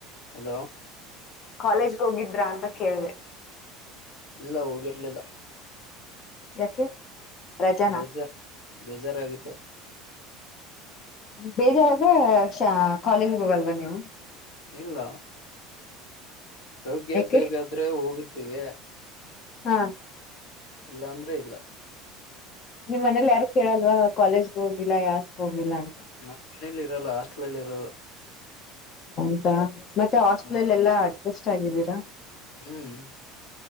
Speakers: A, on the left (about 80°); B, on the left (about 35°).
A: ಹಲೋ
B: ಕಾಲೇಜ್ಗ್ ಹೋಗಿದ್ರ ಅಂತ ಕೇಳಿದೆ
A: ಇಲ್ಲ ಹೋಗಿರ್ಲಿಲ್ಲ
B: ಯಾಕೆ ರಜಾನಾ
A: ಬೇಜಾರ್ ಬೇಜಾರ್ ಆಗ ಹ
B: ಬೇಜಾರಾಗ ಕಾಲೇಜ್ ಹೋಗಲ್ವಾ ನೀವು
A: ಇಲ್ಲ ಹೋಗೆ
B: ಯಾಕೆ
A: ಬೇಗಾದ್ರೆ ಹೋಗಿರ್ ತಿವ
B: ಹಾ
A: ಇಲ್ಲ ಅಂದ್ರೆ ಇಲ್ಲ
B: ನಿಮ್ ಮನೇಲಿ ಯಾರು ಕೇಳಲ್ವ ಕಾಲೇಜ್ಗ ಹೋಗಿಲ್ಲ ಯಾಕೆ ಹೋಗಿಲ್ಲ ಅಂತ
A: ಹ್ಮ ಮನೇಲಿ ಇರೋಲ್ಲ ಹಾಸ್ಟೆಲ್ಲ್ಲಿ ಇರೋದು
B: ಹೌದಾ ಮತ್ತೆ ಹಾಸ್ಟೆಲ್
A: ಹ್ಮ್
B: ಎಲ್ಲಾ ಆತ ಎಷ್ಟ ಆಾಗಿದ್ದೀರಾ
A: ಹ್ಮ್